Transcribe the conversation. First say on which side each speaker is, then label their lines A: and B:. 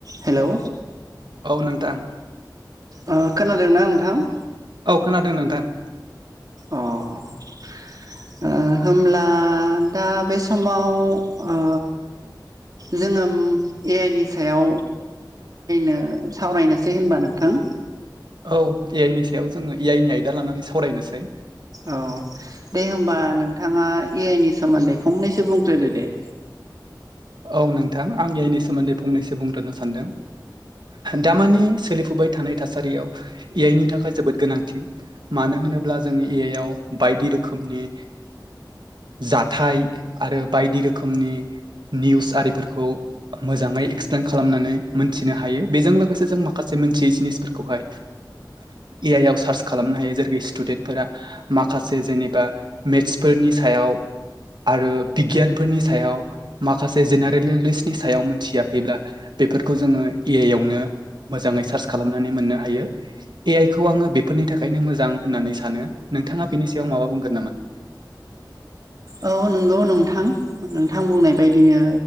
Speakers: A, on the right; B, on the right.
A: हेलौ
B: औ नोंथां।
A: आ खोनादोंना नोंथां?
B: औ खोनादों नोंथां।
A: अ ओ होमब्ला दा बे समाव ओ जोङो ए आइ नि सायाव नो सावरायनोसै होनबा नोंथां।
B: औ ए आइ नि सायाव जोङो ए आइ नि आयदा लानानै सावरायनोसै।
A: औ दे होमबा नोंथाङा ए आइ नि सोमोन्दै फंनैसो बुंग्रोदो दे।
B: औ नोंथां आं ए आइनि सोमोन्दै फंनैसो बुंग्रोनो सानदों। दामानि सोलिफुबाय थानाय थासारियाव ए आइनि थाखाय जोबोद गोनांथि। मानो होनोब्ला जोंनि ए आइआव बायदि रोखोमनि जाथाय आरो बायदि रोखोमनि निउस आरिफोरखौ मोजाङै एक्सप्लेन खालामनानै मोनथिनो हायो बेजों लोगोसे जों माखासे मोनथियै जिनिसफोर फोर खौहाय ए आइ आव सार्च खालामनो हायो जेरैखि स्टुडेन्टफोरा माखासे जेनिबा मेट्सफोरनि सायाव आरो बिगियानफोरनि सायाव माखासे जेनेरेल नलेजनि सायाव मोनथियाखैब्ला बेफोरखौ जोङो ए आइ आवनो मोजाङै सार्च खालामनानै मोननो हायो। ए आइ खौ आङो बेफोरनि थाखायनो मोजां होननानै सानो नोंथाङा बेनि सायाव माबा बुंगोन नामा?
A: औ नंगौ नोंथां नोंथां बुंनाय बायदिनो